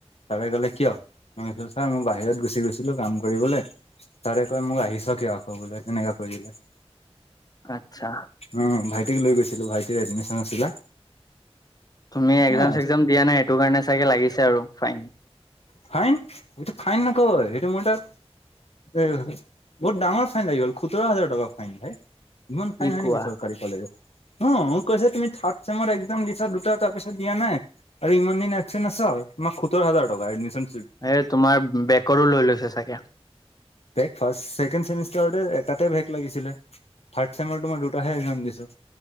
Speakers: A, on the left; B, on the left.
A: ছাৰে কলে কিয়? মই কলো ছাৰ মই বাহিৰত গুচি গৈছিলো কাম কৰিবলৈ। ছাৰে কয় মোক আহিছ কিয় আকৌ বোলে তেনেকে কৈ দিলে।
B: আচ্ছা।
A: উম ভাইটিক লৈ গৈছিলো, ভাইটিৰ এডমিচন আছিলে।
B: তুমি একজাম-
A: হা
B: চেকজাম দিয়া নাই সেইটো কাৰণে চাগে লাগিছে আৰু ফাইন।
A: ফাইন এইটো ফাইন নকয় এইটো মোৰ এটা এ বহুত ডাঙৰ ফাইন লাগি গ'ল সোতৰ হাজাৰ টকা ফাইন ভাই, ইমান
B: কি
A: ফাইন হয়
B: কোৱা
A: নেকি চৰকাৰী? কলে, অ মোক কৈছে তুমি থাৰ্ড চেমত এক্সাম দিছা দুটা তাৰপিছত দিয়া নাই। আৰু ইমান দিন এবচেন আচ, তোমাৰ সোতৰ হাজাৰ টকা এডমিশ্যন
B: এই তোমাৰ বেকৰো লৈ লৈছে চাগে?
A: বেক, ফাষ্ট ছেকেণ্ড চেমিষ্টাৰতে তাতে বেক লাগিছিলে, থাৰ্ড চেমৰ তোমাৰ দুটাহে এক্সাম দিছোঁ।